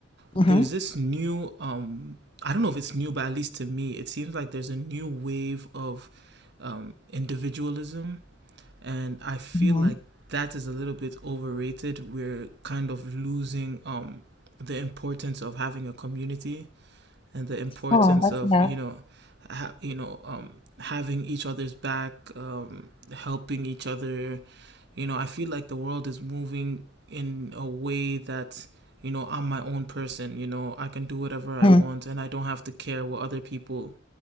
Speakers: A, on the left; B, on the right.
A: Mm-hmm.
B: there's this new um. I don't know if it's new, but at least to me, it seems like there's a new wave of um, individualism and I feel
A: hmm
B: like that is a little bit overrated. We're kind of losing um, the importance of having a community and the importance
A: Oh, that's
B: of
A: yeah.
B: you know, ha- you know, um, having each other's back, um, helping each other. You know, I feel like the world is moving in a way that you know I'm my own person. You know, I can do whatever I
A: Mm,
B: want, and I don't have to care what other people